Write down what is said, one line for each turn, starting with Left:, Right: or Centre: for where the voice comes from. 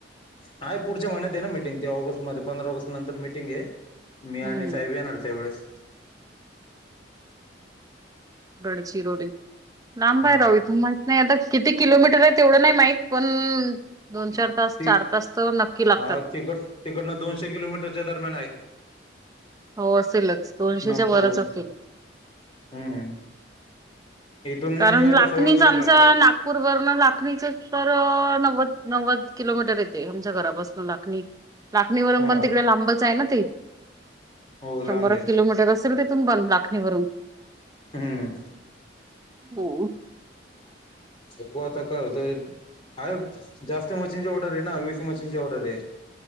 Left: आहे पुढच्या महिन्यात आहे ना मिटिंग ते ऑगस्ट मध्ये पंधरा ऑगस्ट नंतर मिटिंग आहे. मी आणि
Right: हम्म
Left: साहेब येणार त्यावेळेस.
Right: गडचिरोली, लांब
Left: हा
Right: आहे राव इथून माहि नाही आता किती किलोमीटर आहे तेवढं नाही माहीत, पण दोन
Left: ती
Right: चार तास, चार तास तर नक्की लागतात.
Left: हा तिकड तिकडनं दोनशे किलोमीटरच्या दरम्यान आहे.
Right: हो असेलच दोनशेच्या
Left: नागपूरहून
Right: वरच असेल.
Left: हम्म इथून
Right: कारण
Left: यायला
Right: लथणीचांचा
Left: सोळा तास लागतायत
Right: ना गपूर लाखणीचे तर नव्वद नव्वद किलोमीटर येते आमच्या घरापासून लाखणी लाखणी वरून
Left: हा
Right: पण तिकडे लांबच आहे ना ते.
Left: हो लांबे
Right: शंभर एक किलोमीटर असेल तिथून पण लाखणीवरून
Left: हम्म.
Right: हो.
Left: थकवा आता कळतंय. आय जास्त मशीनची ऑर्डर आहे ना वीस मशीनची ऑर्डर आहे.